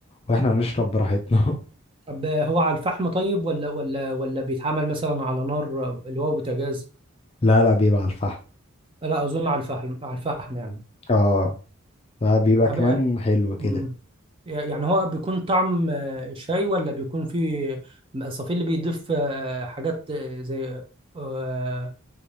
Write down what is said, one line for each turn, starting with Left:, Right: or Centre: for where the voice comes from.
Left: وإحنا نشرب براحتنا
Right: طب هو على الفحم طيب ولا ولا ولا بيتعمل مثلا على نار اللي هو بوتاجاز؟
Left: <laughs> لا لا بيبقى على الفحم
Right: لا أظن على الفحم على الفحم
Left: اه فبيبقى
Right: يعني
Left: كمان حلو كده
Right: مم. يعني هو بيكون طعم آه، شاي ولا بيكون فيه الصفي اللي بيضيف آه، حاجات آه، زي آه،